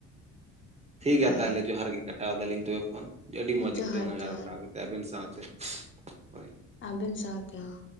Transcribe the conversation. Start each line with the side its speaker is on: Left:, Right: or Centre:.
Right: ᱴᱷᱤᱠ ᱜᱮᱭᱟ
Left: ᱦᱳᱭ
Right: ᱛᱟᱦᱚᱞᱮ ᱡᱚᱦᱟᱨ ᱜᱮ ᱠᱟᱴᱟᱣ ᱫᱟᱞᱤᱧ ᱛᱚᱵᱮ ᱯᱷᱳᱱ ᱟᱹᱰᱤ ᱢᱚᱸᱡᱽ
Left: ᱡᱚᱦᱟᱨ
Right: ᱟᱹᱭᱠᱟᱹᱣ ᱱᱟ ᱜᱟᱞᱢᱟᱨᱟᱣ
Left: ᱡᱚᱦᱟᱨ
Right: ᱠᱟᱛᱮ᱾ ᱟᱵᱮᱱ ᱥᱟᱶᱛᱮ ᱦᱳᱭ
Left: ᱟᱵᱮᱱ ᱥᱟᱶᱛᱮ ᱦᱚᱸ